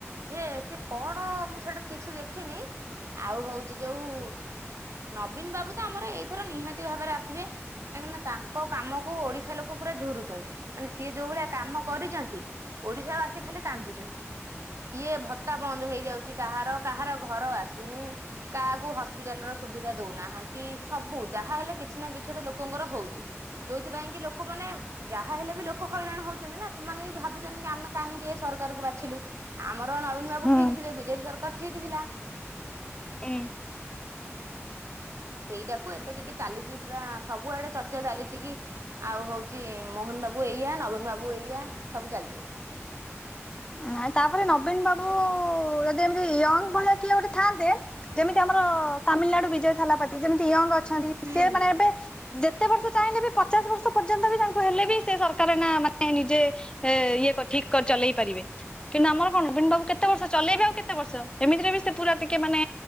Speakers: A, on the right (about 70°); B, on the left (about 20°).
A: ଯେ ସେ କଣ ମୁଁ ସେଇଟା ଠିକ୍ ସେ ଦେଖିନି ଆଉ ହଉଛି ଯୋଉ ନବୀନ ବାବୁ ତ ଆମର ଏଇଥର ନିହାତି ଭାବରେ ଆସିବେ। କାହିଁକି ନା ତାଙ୍କ କାମ କୁ ଓଡିଶା ଲୋକ ପୁରା ଝୁରୁଛନ୍ତି ମାନେ ସିଏ ଯୋଉ ଭଳିଆ କାମ କରିଚନ୍ତି। ଓଡିଶା ବାସୀ ଖାଲି କାନ୍ଦୁଚନ୍ତି। କିଏ ଭତ୍ତା ବନ୍ଦ ହେଇଯାଉଛି କାହାର କାହାର ଘର ଆସୁନି। କାହାକୁ ହସ୍ପିଟାଲ ର ସୁବିଧା ଦଉନାହା ନ୍ତି ସବୁ ଯାହା ହେଲେ କିଛି ନା କିଛି ଗୋଟେ ଲୋକଙ୍କର ହଉଛି। ଯୋଉଥିପାଇଁ କି ଲୋକମାନେ ଯାହା ହେଲେ ବି ଲୋକ ହଇରାଣ ହଉଛନ୍ତି ନା ସେମାନେ ବି ଭାବୁଛନ୍ତି କି ଆମେ କାହିଁକି ଏ ସରକାର କୁ ବାଛିଲୁ ଆମର ନବୀନ ବାବୁ
B: ହୁଁ
A: ଠିକ୍ ଥିଲେ ବିଜେଡି ସରକାର ଠିକ୍ ଥିଲା।
B: ହୁଁ।
A: ସେଇଟାକୁ ଏବେ ଟିକେ ଚାଲିଛି ପୁରା ସବୁଆଡେ ଚର୍ଚ୍ଚା ଚାଲିଚି କି ଆଉ ହଉଛି ମୋହନ ବାବୁ ଏଇଆ ନବୀନ ବାବୁ ଏଇଆ ସବୁ ଚାଲିଚି।
B: ନାଇ ତାପରେ ନବୀନ ବାବୁ ଯଦି ଏମିତି ୟଙ୍ଗ ଭଳିଆ କିଏ ଗୋଟେ ଥାଆନ୍ତେ ଯେମିତି ଆମର ତାମିଲନାଡୁ ବିଜୟ ଥାଲାପାତି ଯେମିତି ୟଙ୍ଗ ଅଛନ୍ତି
A: ହଁ।
B: ସେ ମାନେ ଏବେ ଯେତେ ବର୍ଷ ଚାହିଁଲେ ବି ପଚାଶ ବର୍ଷ ପର୍ଯ୍ୟନ୍ତ ବି ତାଙ୍କୁ ହେଲେ ବି ସେ ସରକାର ନା ମାନେ ନିଜେ ଇଏ କ ଠିକ କରି ଚଲେଇ ପାରିବେ କିନ୍ତୁ ଆମର କଣ ନବୀନ ବାବୁ କେତେ ବର୍ଷ ଚଲେଇବେ ଆଉ କେତେ ବର୍ଷ ଏମିତିରେ ବି ସେ ପୁରା ଟିକେ ମାନେ